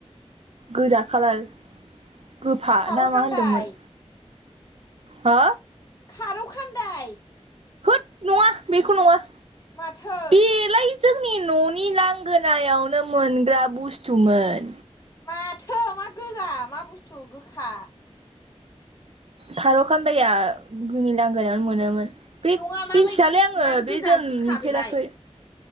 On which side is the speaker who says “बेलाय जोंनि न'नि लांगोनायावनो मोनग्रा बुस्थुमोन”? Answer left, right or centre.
Right